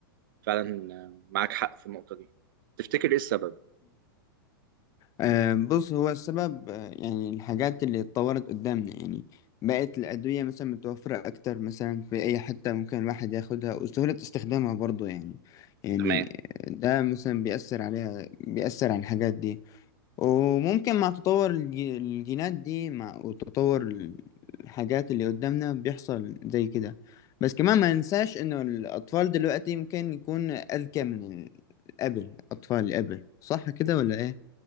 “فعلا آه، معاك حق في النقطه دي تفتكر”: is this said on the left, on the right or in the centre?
Right